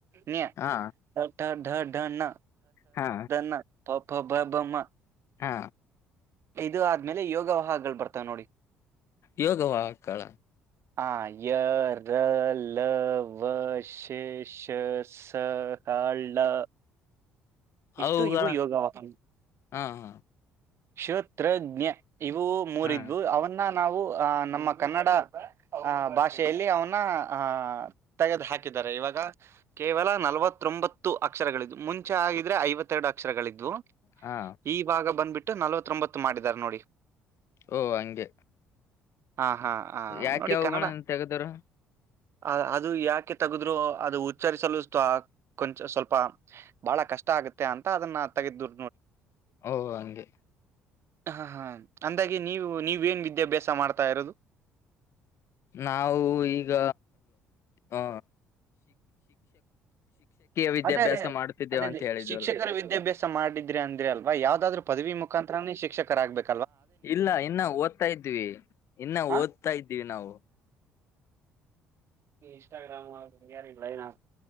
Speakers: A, on the right; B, on the left.
A: ನೀಯಾ
B: ಹಾ
A: ಟ ಡ ಣ
B: ಹಾ
A: ಞ ಪ ಪ ಬ ಭ ಮ
B: ಹಾ
A: ಇದು ಆದ್ಮೇಲೆ ಯೋಗವಾಹಗಳು ಬರ್ತಾವ ನೋಡಿ
B: ಯೋಗವಾಕ್ಕಳ
A: ಆಯರಲ ವಷಷ ಸ ಹಳ್ ಳ ಇಷ್ಟು
B: ಅವುಗಳ
A: ಇವು ಯೋಗವಾಾಹನ
B: ಹಾ ಹಾ
A: ಕ್ಷೋತ್ರಜ್ಞೆ ಇವು ಮೂರಿದ್ವು
B: ಹಾ
A: ಅವನ್ನ ನಾವು ಆ್ ನಮ್ಮ ಕನ್ನಡ ಆ್ ಭಾಷೆಯಲ್ಲಿ ಅವನ್ನ ಅಹ್ ತೆಗೆದು ಹಾಕಿದ್ದಾರೆ ಇವಾಗ ಕೇವಲ ನಲವತ್ತೊಂಬತ್ತು ಅಕ್ಷರಗಳು ಮುಂ ಂ ಆಗಿದ್ರೆ ಐವತ್ತೆರಡು ಅಕ್ಷರಗಳಿದ್ವು
B: ಹಾ
A: ಈವಾಗ ಬಂದ್ಬಿಟ್ಟು ನಲವತ್ತೊಂಬತ್ತು ಮಾಡಿದಾರ ನೋಡಿ
B: ಓ ಹಂಗೆ
A: ಹಾ ಹಾ ಹಾ
B: ಯಾಕ
A: ನೋಡಿ
B: ಯಾವೋಣ
A: ಕನ್ನಡ
B: ತೆಗದರು
A: ಅ ಅದು ಯಾಕೆ ತಗದ್ರು ಅದು ಉಚ್ಚರಿಸಲು ಕೊಂಚ ಸ್ವಲ್ಪ ಬಹಳ ಕಷ್ಟ ಆಗುತ್ತೆ ಅಂತ ಅದನ್ನ ತೆಗೆದ್ರು
B: ಓ ಹಂಗೆ
A: ಹ ಹಾ ಅಂದಾಗೆ ನೀವು ನೀವೇನ್ ವಿದ್ಯಾಭ್ಯಾಸ ಮಾಡ್ತಾ ಇರೋದು
B: ನಾವು ಈಗ ಅ ವಿದ್ಯಾಭ್ಯಾಸ
A: ಅದೇ ಅದೇ
B: ಮಾಡುತ್ತಿದ್ದೇವೆ
A: ಅದೇ
B: ಅಂತ ಹೇಳಿದ್ವಲ್ಲ
A: ಶಿಕ್ಷಕರ ವಿದ್ಯಾಭ್ಯಾಸ ಮಾಡಿದ್ರೆ ಅಂದ್ರೆ ಅಲ್ವಾ ಯಾವ್ದಾದ್ರು ಪದವಿ ಮುಖಾಂತ್ರರನೇ ಶಿಕ್ಷಕ ಆಗ್ಬೇಕು
B: ಇಲ್ಲ ಇನ್ನ ಓದ್ತಾ ಇದ್ವಿ ಇನ್ನ
A: ಹಾ
B: ಓದ್ತಾ ಇದ್ದ್ೀವಿ ನಾವು
A: ಇಸ್ಟಾಗ್ರಾಮಾರ ಲೈ್ ಆೋ